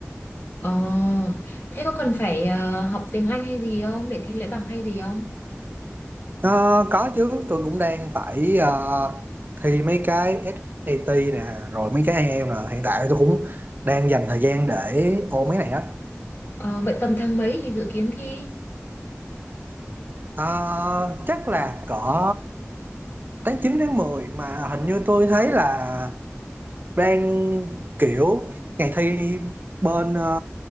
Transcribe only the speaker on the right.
Ờ, có chứ tôi cũng đang phải ờ, thi mấy cái SAT nè rồi mấy cái IELTS nè hiện tại tôi cũng đang dành thời gian để ôn mấy này á
Ờ, chắc là cỡ tháng 9 tháng mười mà hình như tôi thấy là đang kiểu ngày thi bên ờ,